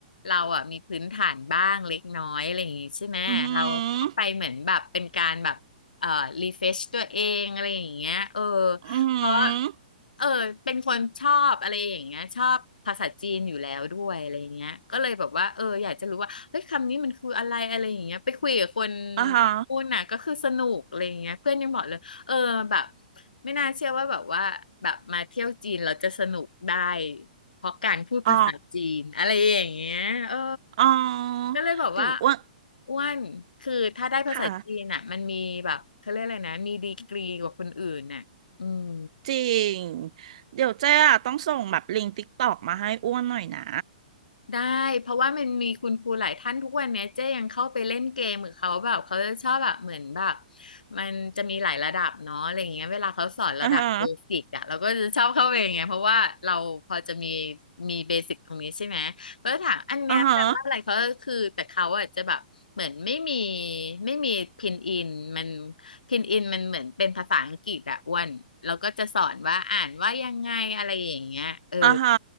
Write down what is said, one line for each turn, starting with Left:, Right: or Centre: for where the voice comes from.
Left: เราอะมีพื้นฐานบ้างเล็กน้อยอะไรอย่างงี้ใช่ไหมเราก็ไปเหมือนแบบเป็นการแบบเอ่อรีเฟชตัวเองอะไรอย่างเงี้ยเออ
Right: อือหืออือหือ
Left: เพราะเออเป็นคนชอบอะไรอย่างเงี้ยชอบภาษาจีนอยู่แล้วด้วยอะไรอย่างเงี้ยก็เลยแบบว่าเอออยากจะรู้ว่าเฮ้ยคำนี้มันคืออะไรอะไรอย่างเงี้ยไปคุยกับคน
Right: อ่าฮะ
Left: พูดน่ะก็คือสนุกอะไรอย่างเงี้ยเพื่อนยังบอกเลย เออแบบไม่น่าเชื่อว่าแบบว่าแบบมาเที่ยวจีนเราจะสนุกได้เพราะการพูดภาษาจีนอะไรอย่างเงี้ยเออ
Right: อ๋ออ๋อเดี๋ยวอ้วน
Left: ก็เลยบอกว่าอ้วนคือถ้าได้ภาษาจีนอ่ะมันมีแบบเขาเรียกอะไรนะมีดีกรีกว่าคนอื่นน่ะอืม
Right: ค่ะ จริง เดี๋ยวเจ๊อะต้องส่งแบบลิงก์ติ๊กตอกมาให้อ้วนหน่อยนะ
Left: ได้เพราะว่ามันมีคุณครูหลายท่านทุกวันเนี้ยเจ๊ยังเข้าไปเล่นเกมกับเขาแบบเขาจะชอบแบบเหมือนแบบมันจะมีหลายระดับเนาะอะไรอย่างเงี้ยเวลาเขาสอนระดับเบสิกอะเราก็จะชอบเข้าไปอย่างเงี้ยเพราะว่าเราพอจะมี
Right: อ่าฮะ
Left: มีเบสิกตรงนี้ใช่ไหมก็จะถามอันเนี้ยแปลว่าอะไรเขาก็คือแต่เขาอะจะแบบเหมือนไม่มี
Right: อ่าฮะ
Left: ไม่มีพินอินมันพินอินมันเหมือนเป็นภาษาอังกฤษอะอ้วนเราก็จะสอนว่าอ่านว่ายังไงอะไรอย่างเงี้ยเออ
Right: อ่าฮะ